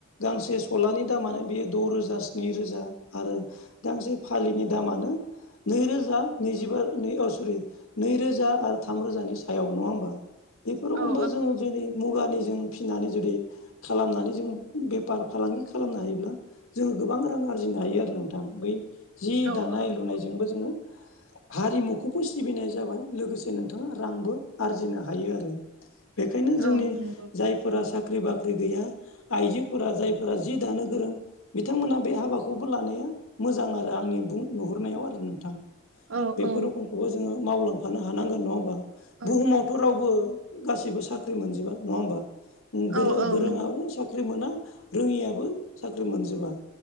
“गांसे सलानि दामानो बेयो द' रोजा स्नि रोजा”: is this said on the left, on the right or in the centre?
Left